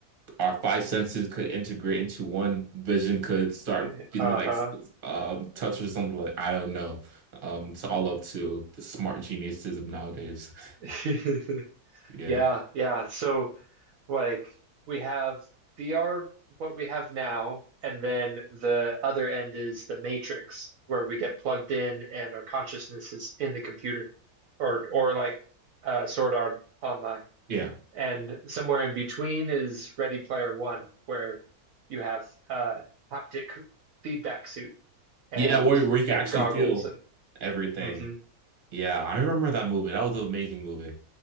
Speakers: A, on the right; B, on the right.
A: our five senses could integrate into one vision could start
B: Uh-huh.
A: feeling like um touch or something like I don't know. Um it's all up to the smart geniuses of nowadays.
B: <laughs>
A: <laughs> Yeah.
B: Yeah, yeah. So Like we have VR, what we have now, and then the other end is the Matrix, where we get plugged in and our consciousness is in the computer, or or like uh, Sword Art Online.
A: Yeah.
B: And somewhere in between is Ready Player One, where you have uh, haptic feedback suit and
A: Yeah, where where you can
B: and
A: actually
B: goggles
A: feel
B: and
A: everything.
B: Mhm.
A: Yeah, I remember that movie. That was an amazing movie.